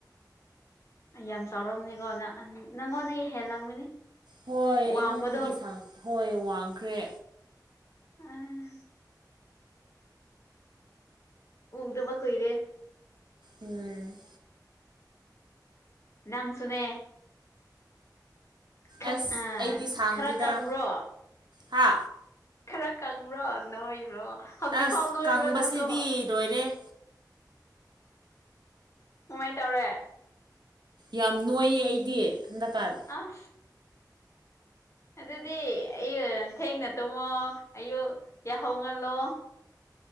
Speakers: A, on the left; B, on the right.
A: ꯌꯥꯝ ꯆꯥꯎꯔꯝꯅꯤꯀꯣ ꯅ ꯅꯪꯉꯣꯟꯗꯒꯤ ꯍꯦꯜꯂꯝꯒꯅꯤ
B: ꯍꯣꯏ ꯑꯩꯉꯣꯟꯗꯒꯤ
A: ꯋꯥꯡꯕꯗꯣ
B: ꯍꯣꯏ ꯋꯥꯡꯈ꯭ꯔꯦ
A: ꯎꯝ ꯎꯗꯕ ꯀꯣꯏꯔꯦ
B: ꯎꯝ
A: ꯅꯪ ꯁꯨꯅꯦ ꯈꯠ
B: ꯑꯁ
A: ꯑ
B: ꯑꯩꯗꯤ ꯁꯥꯡꯗꯦꯗ
A: ꯈꯔ ꯀꯪꯉ꯭ꯔꯣ
B: ꯍꯥ
A: ꯈꯔ ꯀꯪꯕ꯭ꯔꯣ ꯅꯣꯏꯕ꯭ꯔꯣ ꯍꯧꯖꯤꯛ
B: ꯑꯁ
A: ꯐꯥꯎ ꯅꯣꯏꯕ꯭ꯔꯣ
B: ꯀꯪꯕꯁꯤꯗꯤ
A: ꯅꯪꯁꯨ
B: ꯂꯣꯏꯔꯦ
A: ꯀꯃꯥꯏꯅ ꯇꯧꯔꯦ
B: ꯌꯥꯝ ꯅꯣꯏꯌꯦ ꯑꯩꯗꯤ ꯍꯟꯗꯛꯀꯥꯟ
A: ꯑ ꯑꯗꯨꯗꯤ ꯑꯩ ꯊꯦꯡꯅ ꯇꯨꯝꯃꯣ ꯑꯌꯨꯛ ꯌꯥꯍꯧ ꯉꯜꯂꯣ